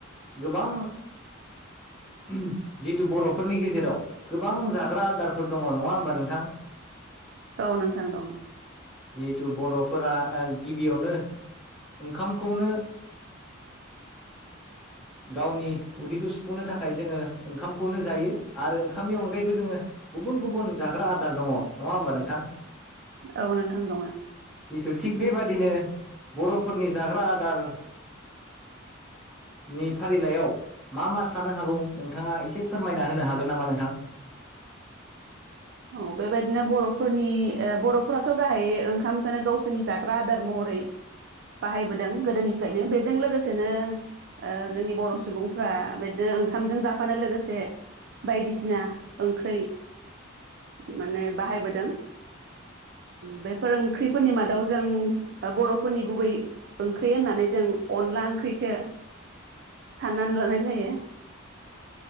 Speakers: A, in the centre; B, on the right.
A: गोबां जिहेथु बर'फोरनि गेजेराव गोबां जाग्रा आदारफोर दङ नङा होमबा नोंथां?
B: औ नोंथां दङ।
A: जिहेथु बर'फोरा ओ गिबियावनो ओंखामखौनो गावनि उदैखौ सुफुंनो थाखाय जोङो ओंखामखौनो जायो आरो ओंखामनि अनगायैबो जोङो गुबुन गुबुन जाग्रा आदार दङ नङा होमबा नोंथां?
B: औ नोंथां दङ।
A: जिथु थिग बेबादिनो बर'फोरनि जाग्रा आदार नि फारिलाइयाव मा मा थानो हागौ नों नोंथाङा एसे फोरमायना होनो हागोन नामा नोंथां?
B: औ बेबायदिनो बर'फोरनि ओ बर'फोराथ' गाहाय ओंखामखौनो गावसोरनि जाग्रा आदार महरै बाहायबोदों गोदोनिफ्रायनो बेजों लोगोसेनो ओ जोंनि बर' सुबुंफ्रा बेदो ओंखामजों जाफानो लोगोसे बायदिसिना ओंख्रै माने बाहायबोदों बेफोर ओंख्रिफोरनि मादाव जों दा बर'फोरनि गुबै ओंख्रि होननानै जों अनला ओंख्रिखो साननानै लानाय जायो।